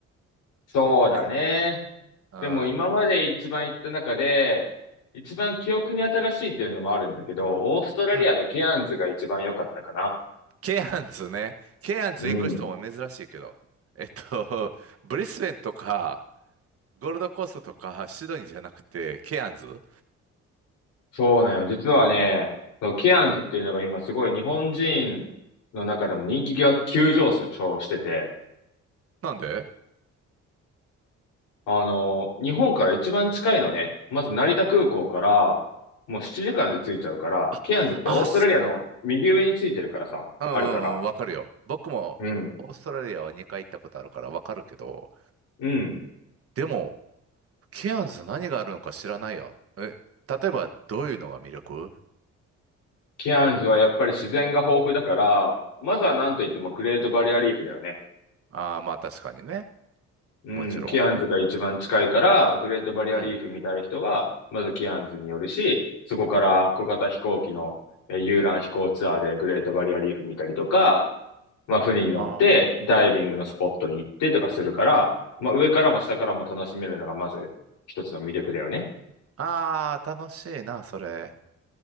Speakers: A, on the left; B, on the right.
A: そうだね。
B: 何うん、
A: でも今まで一番行った中で、一番記憶に新しいっていうのもあるんだけど、オーストラリアのケアンズが一番良かったかな。
B: うん。ケアンズね。ケアンズ行く人も珍しいけど。
A: うん。
B: えっと、ブリスベンとか、ゴールドコーストとか、シドニーじゃなくて、ケアンズ
A: そうなの。実はね、そう、ケアンズっていうのが今すごい日本人の中でも人気が急上昇してて、
B: なんで
A: あの、日本から一番近いのね、まず成田空港からもう7時間で着いちゃうから、
B: あ、
A: ケアンズってオーストラリアの右上についてるからさ、
B: あ、うんうんうん、
A: あるから。
B: わかるよ。僕もオーストラリアは2回行ったことあるからわかるけど、
A: うん。うん。
B: でも、ケアンズ何があるのか知らないよ。え、例えばどういうのが魅力
A: ケアンズはやっぱり自然が豊富だから、まずはなんといってもグレートバリアリーフだよね。
B: ああー、まあ確かにね。
A: うん、
B: もちろん。
A: キアンズが一番近いから、グレートバリアリーフ見たい人は、
B: うん。
A: まずキアンズに寄るし、そこから小型飛行機のえー遊覧飛行ツアーでグレートバリアリーフ見たりとか、まあ船に乗ってダイビングのスポットに行ってとかするから、
B: ああ。
A: まあ上からも下からも楽しめるのがまず一つの魅力だよね。
B: ああ、楽しいな、それ。